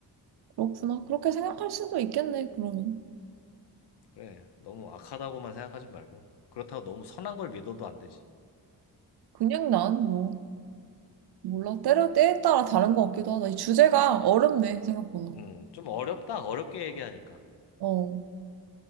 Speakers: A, on the right; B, on the left.
A: 그렇구나. 그렇게 생각할 수도 있겠네, 그러면.
B: 그래. 너무 악하다고만 생각하지 말고. 그렇다고 너무 선한 걸 믿어도 안 되지.
A: 그냥 난 뭐. 몰라. 때려, 때에 따라 다른 것 같기도 하다. 이 주제가 어렵네, 생각보다.
B: 음, 좀 어렵다. 어렵게 얘기하니까.
A: 어,